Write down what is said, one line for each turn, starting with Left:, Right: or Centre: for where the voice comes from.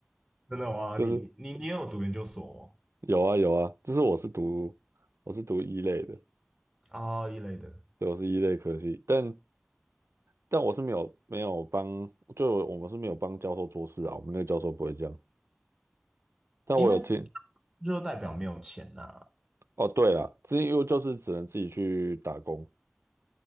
Centre: 真的吗？
Right: 就是
Centre: 你你你有读研究所吗？
Right: 有啊有啊，就是我是读我是读一类的，
Centre: 啊一类的，
Right: 对，我是一类科系，但但我是没有没有帮，就我们是没有帮教授做事啊，我们那个教授不会这样。但我有听，
Centre: 诶，那就代表没有钱呐、
Right: 哦对了，之前因为就是只能自己去打工，